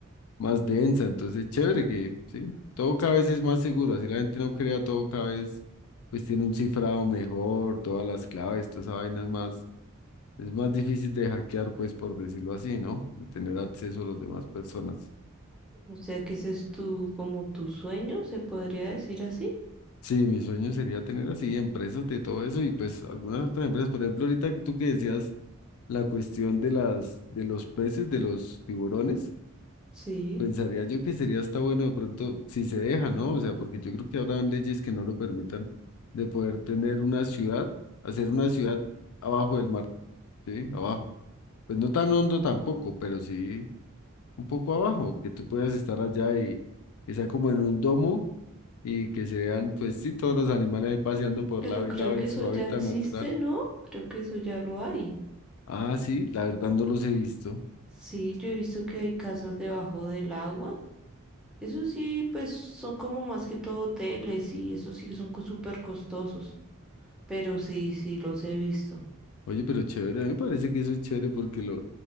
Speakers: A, on the left (about 80°); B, in the centre.
A: más densa. Entonces, chévere que, sí, todo cada vez es más seguro. Así la gente no crea, todo cada vez, pues tiene un cifrado mejor, todas las claves, toda esa vaina es más, es más difícil de hackear, pues por decirlo así, ¿no? De tener acceso a las demás personas.
B: O sea que ese es tu, como tu sueño, se podría decir así.
A: Sí, mi sueño sería tener así empresas de todo eso y pues algunas otras empresas. Por ejemplo, ahorita que tú que decías la cuestión de las, de los peces, de los tiburones.
B: Sí,
A: Pensaría yo que sería hasta bueno de pronto si se deja, ¿no? O sea, porque yo creo que habrán leyes que no lo permitan de poder tener una ciudad, hacer una ciudad abajo del mar, ¿sí? Abajo. Pues no tan hondo tampoco, pero sí un poco abajo, que tú puedas estar allá y que sea como en un domo y que se vean, pues sí, todos los animales ahí paseando por
B: pero
A: lado
B: creo
A: y lado
B: que
A: en
B: eso
A: su
B: ya
A: hábitat
B: existe,
A: natural.
B: ¿no? Creo que eso ya lo hay.
A: Ah, sí, la verdad no los he visto.
B: Sí, yo he visto que hay casas debajo del agua. Eso sí, pues son como más que todo hoteles y eso sí que son co- súper costosos. Pero sí, sí, los he visto.
A: Oye, pero chévere, a mí me parece que eso es chévere porque lo,